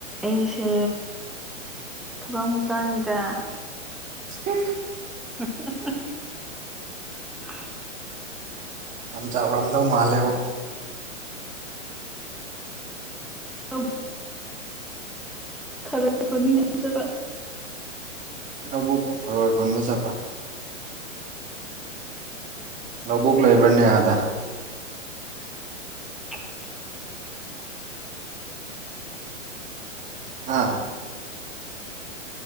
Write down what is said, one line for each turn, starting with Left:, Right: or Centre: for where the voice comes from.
Centre: ꯑꯩꯁꯦ ꯊꯕꯛ ꯃꯨꯆꯥꯅꯤꯗ
Right: ꯎ
Centre: <unintelligible>
Right: ꯌꯥꯝ ꯆꯥꯎꯔꯝꯗꯧ ꯃꯥꯜꯂꯦꯕ
Centre: ꯑꯣ ꯈꯔꯈꯣꯗꯤꯅ ꯆ
Right: ꯂꯧꯕꯣꯛꯛꯇ ꯇꯔꯣꯏ ꯈꯟꯕ ꯆꯠꯄ ꯂꯧꯕꯨꯛ ꯂꯩꯕ꯭ꯔꯅꯦ ꯑꯥꯗ
Centre: <unintelligible>
Right: ꯑꯥ